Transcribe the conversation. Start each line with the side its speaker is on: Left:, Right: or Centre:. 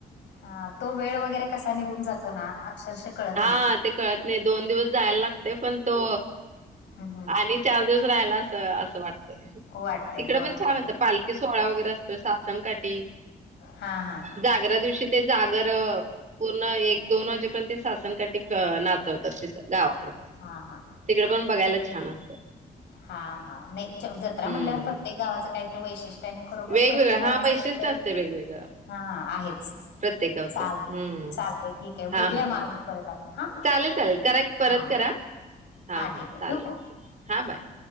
Left: हा तो वेळ वगैरे कसा निघून जातो ना अक्षरशः कळत
Right: हा
Left: नाही
Right: ते कळत नाही दोन दिवस जायला लागते पण तो
Left: हम्म
Right: आणि चार दिवस राहायला असं वाटत
Left: वाटतय
Right: तिकडं
Left: होय
Right: पण
Left: होय
Right: छान अस पाल ते सोळा वगैरे असतो सासनकाठी
Left: हां हां.
Right: जागरा दिवशी ते जागर पूर्ण एक दोन वाजेपर्यंत सासन न काटी नाचवतात तिथं गावाकडं पण.
Left: हा हा.
Right: तिकडे पण बघायला छान असते.
Left: हा हा, नाही ज जत्रा म्हटल्यावर
Right: हं.
Left: प्रत्येक गावाचं काहीतरी वैशि ष्ट्यने खरोखर
Right: वेगवेगळं
Left: प्रत्येक गावाचं
Right: हा वैशिष्ट्य
Left: काहीतरी
Right: असते वेगवेगळं
Left: हा आहेचं.
Right: प्रत्येक गावचं
Left: चाल
Right: हम्म
Left: चालतंय ठीक आहे.
Right: हा
Left: बोलूया
Right: हा
Left: मग अजून परत आपण हा?
Right: चालेल चालेल करा की परत
Left: हा
Right: करा. हा हां
Left: ठीक आहे
Right: चालेल.
Left: ठेवू का
Right: ओके हा बाय,